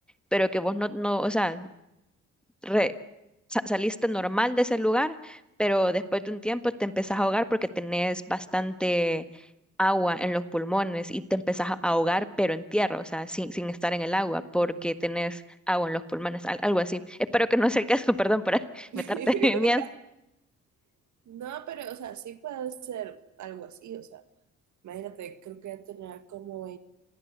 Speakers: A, in the centre; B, on the right.
A: pero que vos no, no, o sea, re- sa- saliste normal de ese lugar, pero después de un tiempo te empezás a ahogar porque tenés bastante agua en los pulmones y te empezás a ahogar, pero en tierra, o sea, sin, sin estar en el agua, porque
B: Ujú.
A: tenés agua en los pulmones, al- algo así. Espero que no sea el caso, perdón por <laughs>
B: <laughs>
A: meterte en miedo.
B: No, pero, o sea, sí puede ser algo así, o sea, imagínate, creo que ya tenía como